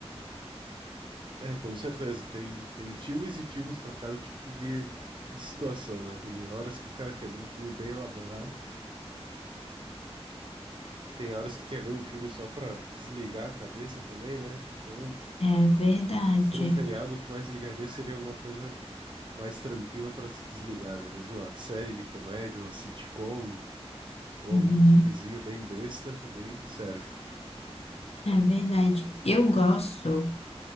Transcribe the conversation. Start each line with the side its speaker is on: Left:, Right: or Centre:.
Right: É, com certeza. Tem, tem filmes e filmes para cada tipo de, de situação, né? Tem horas que o cara quer ver um filme bem elaborado, tem horas que quer ver um filme só pra desligar a cabeça também, né? Então,
Left: É verdade.
Right: por um feriado, o que mais ligaria seria alguma coisa mais tranquila para se desligar, né? Mesmo uma série de comédia, uma sitcom ou algum
Left: Uhum.
Right: filmezinho bem besta também serve.
Left: É verdade. Eu gosto.